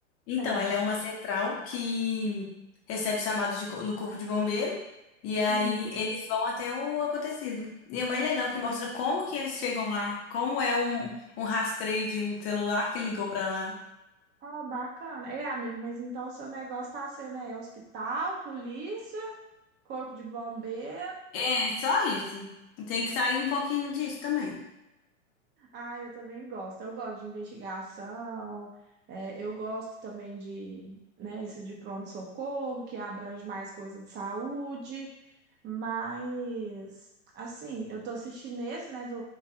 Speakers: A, on the left; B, on the right.
A: Então,
B: tem.
A: ela é uma central que recebe chamados de co- do corpo de bombeiro. E aí
B: Hum.
A: eles vão até o acontecido. E é bem legal que
B: Ah,
A: mostra como que eles chegam lá, como é um, um rastreio de um celular que ligou pra lá.
B: ó, bacana. é amiga, mas então o seu negócio tá sendo é, hospital, polícia, corpo de bombeiro.
A: É, só isso. Tem que sair um pouquinho disso também.
B: Ah, eu também gosto. Eu gosto de investigação. eh, eu gosto também de, né, isso de pronto-socorro, que abrange mais coisa de saúde. Mas, assim, eu tô assistindo esse, né, do